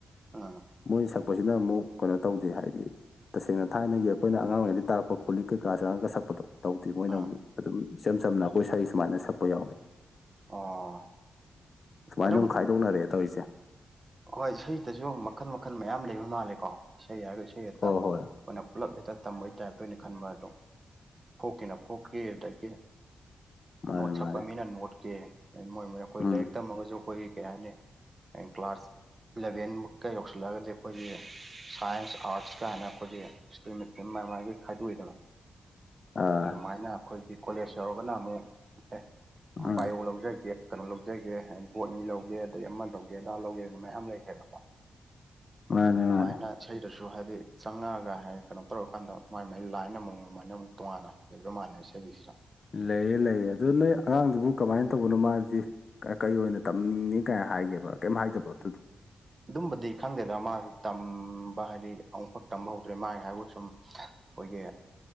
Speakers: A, on the right; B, on the left.
A: ꯑꯥ
B: ꯃꯣꯏꯅ ꯁꯛꯄꯁꯤꯅ ꯑꯃꯨꯛ ꯀꯩꯅꯣ ꯇꯧꯗꯦ ꯍꯥꯏꯗꯤ ꯇꯁꯦꯡꯅ ꯊꯥꯏꯅꯒꯤ ꯑꯩꯈꯣꯏꯅ ꯑꯉꯥꯡ ꯑꫭꯏꯔꯤꯉꯩꯗꯩ ꯇꯥꯔꯛꯄ ꯈꯣꯠꯂꯤ ꯀꯩꯀꯥ ꯆꯪꯉꯥꯡꯒ ꯁꯛꯄꯗꯣ ꯇꯧꯗ‌ꯦ ꯃꫭꯏꯅ
A: ꯑꯥ
B: ꯑꯃꯨꯛ ꯑꯗꯨꯝ ꯏꯆꯝ ꯆꯝꯅ ꯑꯩꯈꯣꯏ ꯁꯛꯏ ꯁꯨꯃꯥꯏꯅ ꯁꯛꯄ ꯌꯥꯎꯋꯦ꯫
A: ꯑꯣ
B: ꯁꯨꯃꯥꯏꯅꯃꯨꯛ
A: ꯑꯗꯨꯝ
B: ꯈꯥꯏꯗꯣꯛꯅꯔꯑꯦ ꯇꯧꯔꯤꯁꯦ
A: ꯍꯣꯏ ꯏꯁꯩꯗꯁꯨ ꯃꯈꯜ ꯃꯈꯜ ꯃꯌꯥꯝ ꯂꯩꯕ ꯃꯥꯜꯂꯦꯀꯣ ꯏꯁꯩ ꯍꯥꯏꯔꯒ ꯏꯁꯩ ꯈꯛꯇ
B: ꯍꯣꯏ
A: ꯑꯩꯈꫭꯏꯅ
B: ꯍꯣꯏ
A: ꯄꯨꯂꯞ ꯍ‌ꯦꯛꯇ ꯇꯝꯕꯒꯤ ꯇꯥꯏꯞꯇ ꯑꫭꯏꯅ ꯈꯟꯕ ꯑꯗꯣ ꯐꯣꯛꯀꯤꯅ ꯐꯣꯛꯀꯤ ꯑꯗꯒꯤ
B: ꯃꯥꯅꯦ
A: ꯅꯣꯠ ꯁꯛꯄ
B: ꯃꯥꯅꯦ
A: ꯃꯤꯅ ꯅꯣꯠꯀꯤ ꯃꯣꯏ ꯃꯣꯏ ꯑꯩꯈꯣꯏ
B: ꯎꯝ
A: ꯂꯩꯔꯤꯛ ꯇꯝꯃꯒꯁꯨ ꯑꯩꯈꯣꯏꯒꯤ ꯀꯩ ꯍꯥꯏꯅꯤ ꯍꯌ‌ꯦꯡ ꯀ꯭ꯂꯥꯁ ꯏꯂꯚꯦꯟꯃꯨꯛꯀ ꯌꯧꯁꯤꯜꯂꯛꯑꯒꯗꯤ ꯑꯩꯈꯣꯏꯒꯤ ꯁꯥꯏꯟꯁ ꯑꯥꯔꯠꯁ ꯀꯥꯏꯅ ꯈꯣꯏꯒꯤ ꯁꯇ꯭ꯔꯤꯝ ꯁꯇ꯭ꯔꯤꯝ ꯃꯥ ꯃꯥꯒꯤ ꯈꯥꯏꯗꯣꯛꯏꯗꯅ
B: ꯑꯥ
A: ꯑꯗꯨꯃꯥꯏꯅ ꯑꯩꯈꯣꯏꯒꯤ ꯀꯣꯂꯦꯖ ꯌꯧꯔꯒꯅ ꯑꯃꯨꯛ ꯑꯦ
B: ꯎꯝ
A: ꯕꯥꯏꯑꯣ ꯂꯧꯖꯒꯦ ꯀꯩꯅꯣ ꯂꯧꯖꯒꯦ ꯍꯥꯏꯗꯤ ꯕꯣꯠꯅꯤ ꯂꯧꯒꯦ ꯑꯗꯩ ꯑꯃ ꯂꯧꯒꯦ ꯑꯗꯥ ꯂꯧꯒꯦꯅ ꯃꯌꯥꯝ ꯂꯩꯈ꯭ꯔꯦꯕꯀꯣ꯫
B: ꯃꯥꯅꯦ
A: ꯑꯗꯨꯃꯥꯥꯏꯅ
B: ꯃꯥꯅꯦ
A: ꯏꯁꯩꯗꯁꯨ ꯍꯥꯏꯗꯤ ꯆꯪꯉꯛꯑꯒ ꯍꯥꯏ ꯀꯩꯅꯣ ꯇꯧꯔꯀꯥꯟꯗ ꯃꯥꯏ ꯃꯥꯏ ꯂꯥꯏꯟ ꯑꯃꯃꯝꯑꯅ ꯑꯃꯨꯛ ꯇꯣꯉꯥꯟꯅ ꯂꯩꯕ ꯃꯥꯜꯂꯦ ꯏꯁꯩꯒꯤꯁꯤꯁꯨ
B: ꯂꯩꯌ‌ꯦ ꯂꯩ‌ꯌ‌ꯦ ꯑꯗꯨ ꯅꯣꯏ ꯑꯉꯥꯡꯗꯨꯕꯨ ꯀꯃꯥꯏꯅ ꯇꯧꯕꯅꯣ ꯃꯥꯖꯤ ꯀ ꯀꯩ ꯑꯣꯏꯅ ꯇꯝꯅꯤꯡꯅꯤ ꯀꯥꯏꯅ ꯍꯥꯏꯒꯦꯕ ꯀꯩꯝ ꯍꯥꯏꯗꯕꯔꫭ ꯑꯗꯨꯗꯣ
A: ꯑꯗꯨꯝꯕꯗꯤ ꯈꯪꯗꯦꯗ ꯃꯥꯁꯨ ꯇꯝꯕ ꯍꯥꯏꯗꯤ ꯑꯃꯨꯛꯐꯥꯎ ꯇꯝꯕ ꯍꯧꯗ꯭ꯔꯤ ꯃꯥꯒꯤ ꯍꯥꯏꯕꯨ ꯁꯨꯝ ꯑꯩꯈꯣꯏꯒꯤ